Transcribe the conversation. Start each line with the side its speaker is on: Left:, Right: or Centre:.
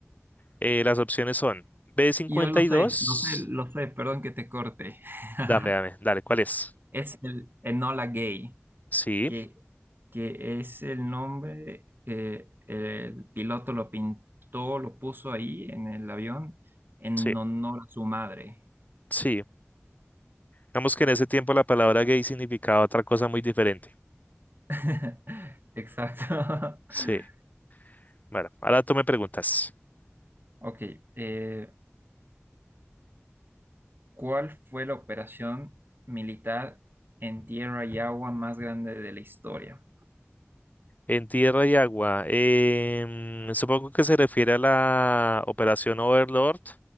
Left: Eh, las opciones son b cincuenta
Right: Yo lo
Left: y
Right: sé,
Left: dos,
Right: lo sé, lo sé, perdón que te corte. <laughs>
Left: Dame, dame, dale, ¿cuál es?
Right: Es el Enola Gay,
Left: Sí,
Right: que, que es el nombre, eh, el piloto lo pintó, lo puso ahí en el avión en
Left: sí,
Right: honor a su madre.
Left: sí. Digamos que en ese tiempo la palabra gay significaba otra cosa muy diferente.
Right: <laughs> Exacto. <laughs>
Left: Sí, bueno, ahora tú me preguntas.
Right: Ok, eh, ¿cuál fue la operación militar en tierra y agua más grande de la historia?
Left: En tierra y agua, em, supongo que se refiere a la operación Overlord,